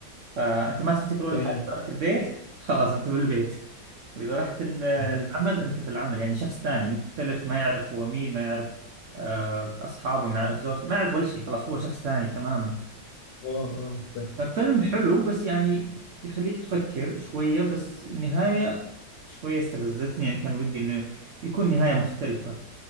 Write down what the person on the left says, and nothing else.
تمام
امم
اه اه فاهم